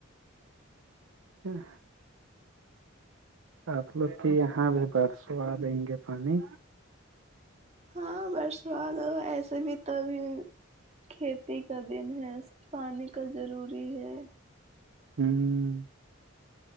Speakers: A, on the right; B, on the right.
A: اچھ آپ لوگ کی یہاں بھی برسو آ دیں گے پانی
B: ہاں برسوات ہو ایسے بھی تو ابھی کھیتی کا دن ہے پانی کا ضروری ہے
A: ہوں